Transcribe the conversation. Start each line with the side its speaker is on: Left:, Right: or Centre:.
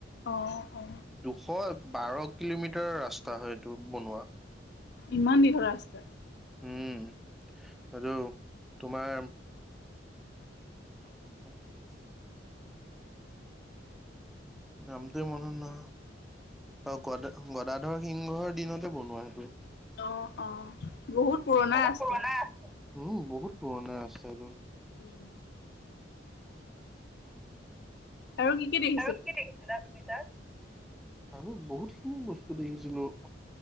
Left: অ অ
Centre: দুশ বাৰ কিলোমিটাৰৰ ৰাস্তা হয় এইটো। বনোৱা
Left: ইমান দীঘল ৰাষ্টা।
Centre: উম, আৰু তোমাৰ। <unintelligible> নামতে মন নাহা অ, গদ গদাধৰ সিংহৰ দিনতে বনোৱা সেইটো।
Left: অ, অ, বহুত পুৰণাই
Centre: বহুত
Left: ৰাষ্টা।
Centre: পুৰণা। উম, বহুত পুৰণা ৰাস্তা এইটো।
Left: উম, আৰু কি কি দেখি
Centre: আৰু কি দেখিছিলা তুমি তাত, আৰু বহুতখিনি বস্তু দেখিছিলো।